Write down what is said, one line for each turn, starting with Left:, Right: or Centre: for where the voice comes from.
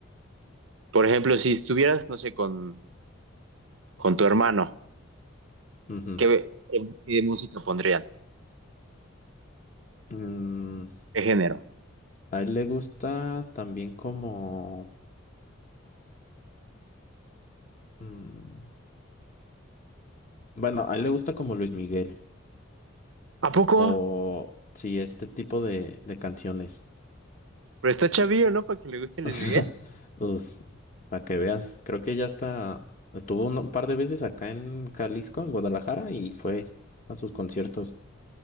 Right: Por ejemplo, si estuvieras, no sé, con, con tu hermano,
Left: Ujú.
Right: ¿qué, qué- qué música pondrían?
Left: Mm,
Right: ¿Qué género?
Left: a él le gusta también como... mm, Bueno, a él le gusta como Luis Miguel
Right: ¿A poco?
Left: o sí, este tipo de, de canciones.
Right: Pero está chavillo, ¿no? Para que le guste Luis
Left: <laughs>
Right: Miguel.
Left: Pues, para que veas, creo que ya está, estuvo un par de veces acá en Jalisco, en Guadalajara, y fue a sus conciertos.